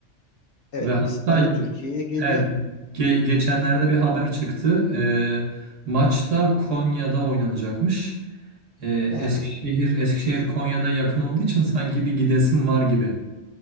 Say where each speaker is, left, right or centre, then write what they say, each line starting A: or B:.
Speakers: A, on the left; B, on the right.
A: Evet,
B: Ve hatta
A: İspanya Türkiye'ye geliyor.
B: evet ge- geçenlerde bir haber çıktı. E, maçta Konya'da oynanacakmış. E,
A: Ha.
B: Eskişehir Eskişehir Konya'da yakın olduğu için sanki bir gidesim var gibi.